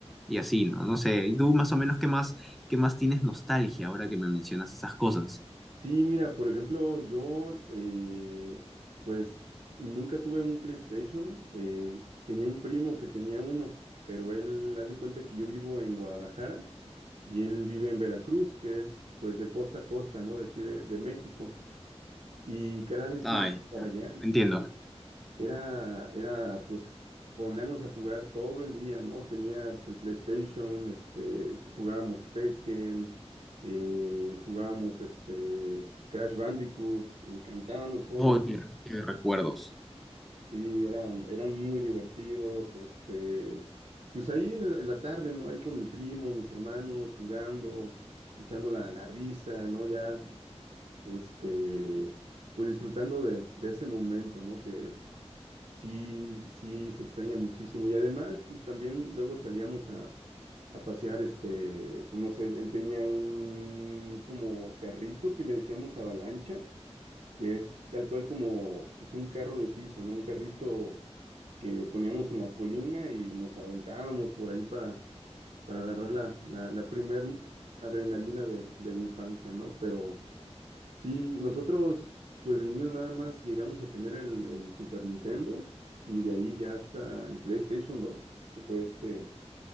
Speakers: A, in the centre; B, on the right.
A: Y así, ¿no? No sé, ¿y tú más o menos qué más, qué más tienes nostalgia ahora que me mencionas esas cosas?
B: Sí, mira, por ejemplo, yo eh, pues nunca tuve un PlayStation. eh, tenía un primo que tenía uno, pero él, haz de cuenta que yo vivo en Guadalajara y él vive en Veracruz, que es pues de costa a costa, ¿no? De aquí de, de México. Y cada vez
A: Ay,
B: que iba para allá,
A: entiendo.
B: era, era pues ponernos a jugar todo el día, ¿no? Tenía pues, el PlayStation, este, jugábamos Tekken, eh, jugábamos este, Crash Bandicoot, me encantaban los juegos
A: Oh,
B: de...
A: qué, qué recuerdos.
B: Sí, eran, eran muy divertidos, este, pues ahí en la en la tarde, ¿no? Ahí con el primo, mis hermanos, jugando, echando la, la risa, ¿no? Ya, este, pues disfrutando de, de ese momento, ¿no? Que Sí, sí, se extraña muchísimo. Y además, pues también luego salíamos a, a pasear, este, pues no sé, él tenía un como carrito que le decíamos avalancha, que es tal cual como pues, un carro de piso, ¿no? Un carrito que poníamos en la colina y nos aventábamos por ahí para, para agarrar la, la, la primer adrenalina de, de la infancia, ¿no? Pero Sí, nosotros, pues de niños nada más llegamos a tener el, el Super Nintendo y de ahí ya hasta el PlayStation 2, que fue este,